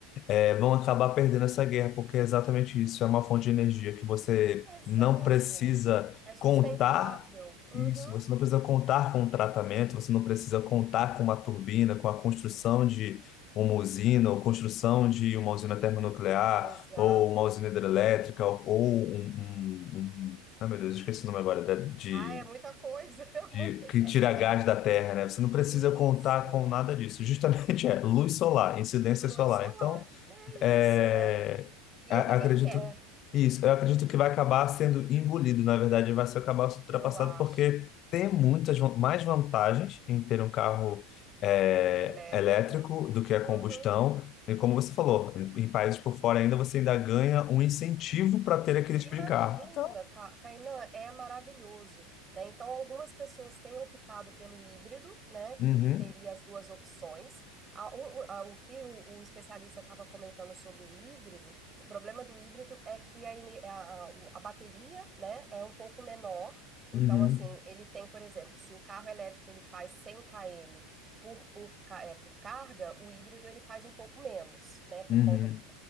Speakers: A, on the left; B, on the right.
A: é, vão acabar perdendo essa guerra, porque é exatamente isso, é uma fonte de energia que você
B: exato.
A: não precisa
B: É sustentável.
A: contar
B: Uhum,
A: isso, você não precisa contar com um tratamento, você não precisa contar com uma turbina, com a construção de uma usina, ou construção de uma usina termonuclear,
B: exato.
A: ou uma usina hidrelétrica, ou, ou um, um, um... Ah, meu Deus, eu esqueci o nome agora, da- de...
B: Ah, é muita coisa, <laughs> amor.
A: De, que
B: É-
A: tira
B: é-
A: gás da terra, né? Você não precisa
B: isso.
A: contar com nada disso. Justamente <laughs> é luz solar, incidência
B: Luz
A: solar.
B: solar.
A: Então,
B: É
A: é,
B: isso, né? E
A: a-
B: ninguém
A: acredito
B: quer.
A: isso, eu acredito que vai acabar sendo engolido, na verdade, vai ser acabar sendo ultrapassado
B: Eu acho.
A: porque tem muitas van- mais vantagens em ter um carro é,
B: Elétrico.
A: elétrico do que a
B: Uhum.
A: combustão. E como você falou, em em países por fora ainda você ainda ganha um incentivo para ter aquele
B: Você
A: tipo
B: imagina,
A: de carro. Então,
B: Ca- Kainan, é maravilhoso, né? Então, algumas pessoas têm optado pelo híbrido, né? Que
A: uhum,
B: teria as duas opções. A- o, o- a- o que o, o especialista estava comentando sobre o híbrido, o problema do híbrido é que a, ene- a- a- o- a bateria, né, é um pouco menor. Então,
A: uhum,
B: assim, ele tem, por exemplo, se o carro elétrico ele faz 100 km por, por, ca- é, por carga, o híbrido ele faz um pouco menos, né? Por
A: uhum.
B: conta que